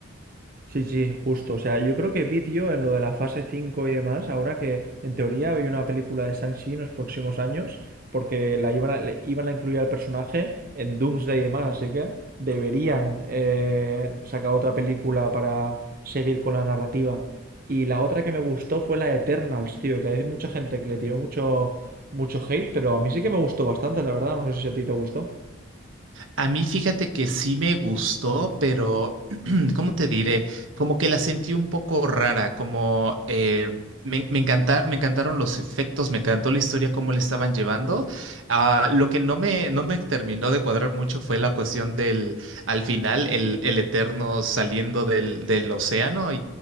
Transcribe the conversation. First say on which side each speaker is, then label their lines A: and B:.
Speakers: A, on the right; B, on the right.
A: Sí, sí, justo. O sea, yo creo que vídeo en lo de la fase 5 y demás, ahora que en teoría había una película de Shang-Chi en los próximos años, porque la iban a, le iban a incluir al personaje en Doomsday y demás, así que deberían eh, sacar otra película para seguir con la narrativa. Y la otra que me gustó fue la de Eternals, tío, que hay mucha gente que le tiró mucho, mucho hate, pero a mí sí que me gustó bastante, la verdad. No sé si a ti te gustó.
B: A mí fíjate que sí me gustó, pero <clears throat> ¿cómo te diré? Como que la sentí un poco rara, como eh, me, me encanta- me encantaron los efectos, me encantó la historia, cómo le estaban llevando. Ah, lo que no me, no me terminó de cuadrar mucho fue la cuestión del, al final, el, el Eterno saliendo del, del océano